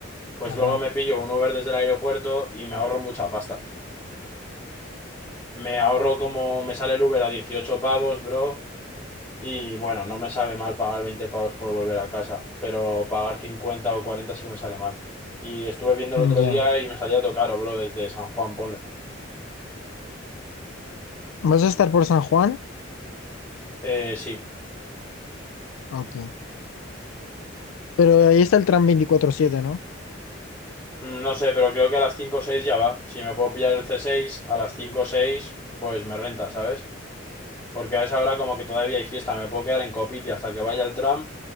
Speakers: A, on the left; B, on the left.
A: Pues
B: ajá.
A: luego me pillo un Uber desde el aeropuerto y me ahorro mucha pasta. Me ahorro como me sale el Uber a 18 pavos, bro. Y bueno, no me sabe mal pagar 20 pavos por volver a casa, pero pagar 50 o 40 sí me sale mal. Y estuve viendo el otro
B: Ya.
A: día y me salía todo caro, bro, desde San Juan, ponle.
B: ¿Vas a estar por San Juan?
A: Eh, sí.
B: Ok. Pero ahí está el tram veinticuatro siete ¿no?
A: Mm, No sé, pero creo que a las 5 o 6 ya va. Si me puedo pillar el c seis a las 5 o 6, pues me renta, ¿sabes? Porque a esa hora como que todavía hay fiesta, me puedo quedar en Copiti hasta que vaya el tram